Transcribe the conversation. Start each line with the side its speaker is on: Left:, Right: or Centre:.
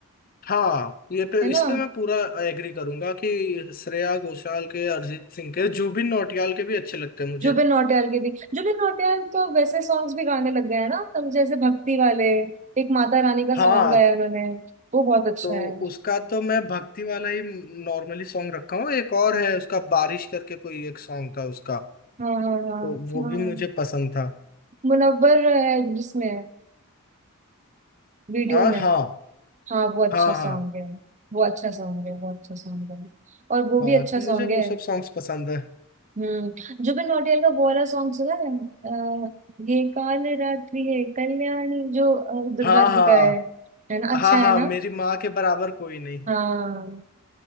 Left: हाँ ये पे
Right: है ना
Left: इस पे मैं पूरा एग्री करूंगा कि श्रेया घोषाल के अरिजीत सिंह के जुबिन नौटियाल के भी अच्छे लगते हैं मुझे
Right: जुबिन नौटियाल के भी जुबिन नौटियाल तो अब वैसे सॉन्ग्स भी गाने लग गए हैं ना तो जैसे भक्ति वाले एक माता रानी का
Left: हाँ
Right: सॉन्ग गाया उन्होंने वो बहुत अच्छा
Left: तो
Right: है
Left: उसका तो मैं भक्ति वाला ही नॉर्मली सॉन्ग रखा हूँ एक और है उसका बारिश करके कोई एक सॉन्ग था उसका
Right: हाँ हाँ हाँ
Left: तो वो
Right: हाँ
Left: भी मुझे पसंद था
Right: मुनव्वर है जिसमें वीडियो
Left: हाँ
Right: में
Left: हाँ
Right: हाँ वो अच्छा
Left: हाँ
Right: सॉन्ग
Left: हाँ
Right: है वो अच्छा सॉन्ग है वो अच्छा सॉन्ग है और वो भी
Left: हाँ
Right: अच्छा
Left: तो
Right: सॉन्ग
Left: मुझे
Right: है
Left: वो सब सॉन्ग्स पसंद है
Right: हम्म जुबिन नौटियाल का वो वाला सॉन्ग सुना है अ, ये काल रात्रि है कल्याणी जो अ, दुर्गा
Left: हाँ हाँ
Right: जी का है है ना अच्छा
Left: हाँ
Right: है
Left: हाँ
Right: ना
Left: मेरी माँ के बराबर कोई नहीं
Right: हाँ